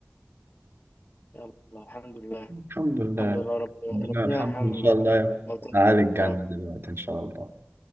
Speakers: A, on the left (about 50°); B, on the right (about 60°).
A: يلا الحمد لله
B: الحمد لله
A: الحمد لله رب
B: ربنا
A: ربنا
B: الحمد
A: يرحم
B: ان شاء الله
A: موتانا
B: في اعالي الجنه
A: اه
B: دلوقتي ان شاء الله